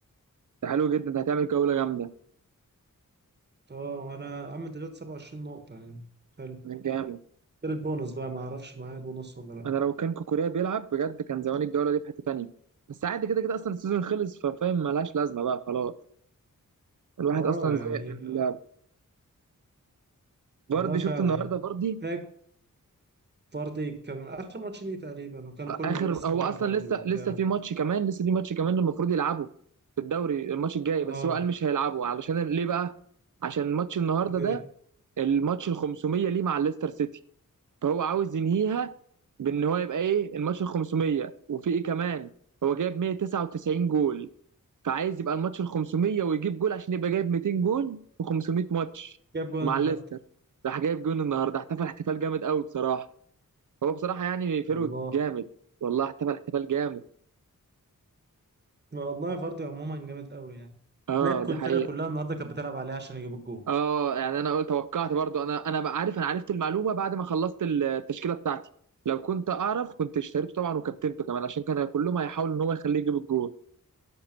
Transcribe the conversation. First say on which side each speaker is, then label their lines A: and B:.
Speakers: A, on the right; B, on the right.
A: ده حلو جدا ده هتعمل جولة جامدة
B: اه وانا عم دلوقتي 27 نقطة يعني حلو
A: من جامد
B: غير البونص بقى ما اعرفش معايا بونص ولا لا
A: أنا لو كان كوكوريا بيلعب بجد كان زمان الجولة دي في حتة تانية بس عادي كده كده أصلا السيزون خلص ففاهم ملهاش لازمة بقى خلاص الواحد
B: اه
A: أصلا
B: يعني
A: زهق من
B: آه،
A: اللعب
B: والله
A: فاردي
B: فعلا
A: شفت النهاردة فاردي
B: هيك فاردي كان اخر ماتش ليه تقريبا وكان كله
A: اخر
B: لابس
A: هو
B: قناع
A: اصلا
B: فاردي
A: لسه
B: وبتاع
A: لسه في ماتش كمان لسه في ماتش كمان المفروض يلعبه في الدوري الماتش الجاي
B: اه
A: بس هو قال مش هيلعبه علشان ليه بقى عشان ماتش النهارده
B: ايه
A: ده الماتش ال 500 ليه مع ليستر سيتي فهو عاوز ينهيها بان هو يبقى ايه الماتش ال 500 وفي ايه كمان هو جايب 199 جول فعايز يبقى الماتش ال 500 ويجيب جول عشان يبقى جايب 200 جول في 500 ماتش
B: جاب جول
A: مع
B: النهارده
A: ليستر راح جايب جول النهارده احتفل احتفال جامد قوي بصراحة هو بصراحة يعني فيرود
B: والله
A: جامد والله احتفل احتفال جامد
B: ما والله فاردي عموما جامد قوي يعني
A: اه
B: تلاقي كل
A: دي
B: الفرقة
A: حقيقة
B: كلها النهارده كانت بتلعب عليه عشان يجيب الجول
A: اه يعني انا قلت توقعت برضو انا انا بقى عارف انا عرفت المعلومة بعد ما خلصت التشكيلة بتاعتي لو كنت اعرف كنت اشتريته طبعا وكابتنته كمان عشان كان كلهم هيحاولوا ان هو يخليه يجيب الجول